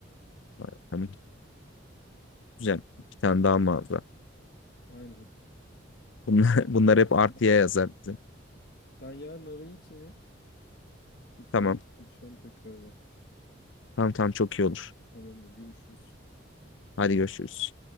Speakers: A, on the left; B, on the left.
A: Var. Tamam. Güzel. Bir tane daha mağaza.
B: Aynen.
A: Bunlar, <laughs> bunlar
B: O
A: hep
B: zaman
A: artıya yazar bize.
B: Ben yarın arayayım seni. Oturalım
A: Tamam.
B: konuşalım tekrardan.
A: Tamam tamam çok iyi olur.
B: Tamamdır görüşürüz.
A: Hadi görüşürüz.